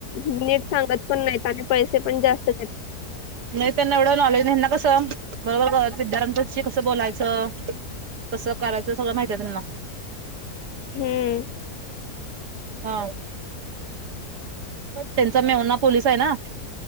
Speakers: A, on the left; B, on the right.
A: नीट सांगत पण नाहीत आणि पैसे पण जास्त
B: नाही त्यांना एवढं नॉलेज नाही ना कसं बरोबर विद्यार्थ्यांशी कसं बोलायचं कसं करायचं सगळं माहित आहे त्यांना
A: हम्म
B: हा त्यांचा मेवना पोलीस आहे ना